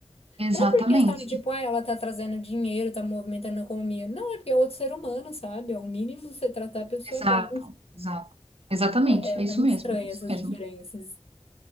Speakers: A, on the right; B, on the left.
A: exatamente.
B: Não por questão de, tipo, ah, ela tá trazendo dinheiro, tá movimentando a economia. Não, é porque é outro ser humano, sabe? É o mínimo você tratar a pessoa
A: Exato,
B: bem.
A: exato. Exatamente,
B: É, é-
A: é isso
B: é muito
A: mesmo,
B: estranho
A: é isso
B: essas
A: mesmo.
B: diferenças.